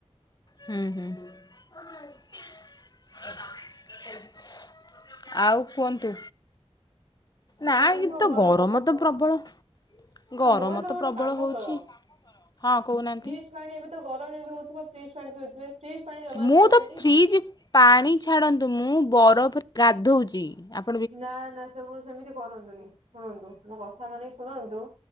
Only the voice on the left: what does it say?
ହୁଁ ହୁଁ <unintelligible> ଆଉ କୁଅନ୍ତୁ। ନା
ଏଇ ତ
ଗରମ
ତ ପ୍ରବଳ ଗରମ
ତ
ପ୍ରବଳ
ହୋଉଚି,
ହଁ କୋଉନାହାନ୍ତି
ମୁଁ
ତ ଫ୍ରିଜି ପାଣି ଛାଡନ୍ତୁ, ମୁଁ ବରଫରେ ଗାଧୋଉଚି ଆପ୍